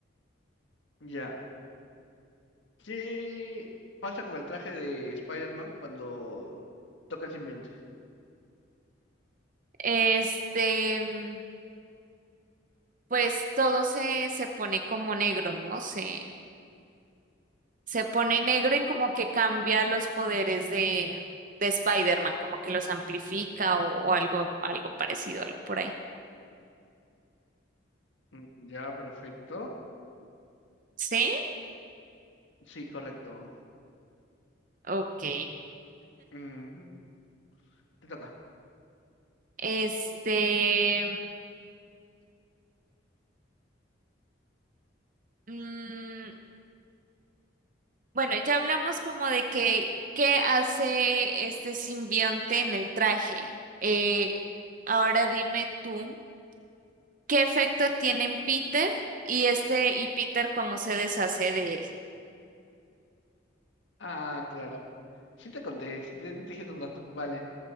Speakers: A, on the left; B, on the right.
A: Ya. ¿Qué pasa con el traje de Spider-Man cuando toca el simbionte?
B: Este. mm, pues todo se, se pone como negro, ¿no? Se, se pone negro y como que cambia los poderes de, de Spider-Man, como que los amplifica o, o algo, algo parecido, algo por ahí.
A: Mm, Ya, perfecto.
B: ¿Sí?
A: Sí, correcto.
B: Ok.
A: Ujú, Te toca.
B: Este, mm, bueno, ya hablamos como de que qué hace este simbionte en el traje. Eh, ahora dime tú, ¿qué efecto tiene en Peter y este y Peter cómo se deshace de él?
A: Ah, claro. Sí te conté, sí te, te dije hace un rato, vale.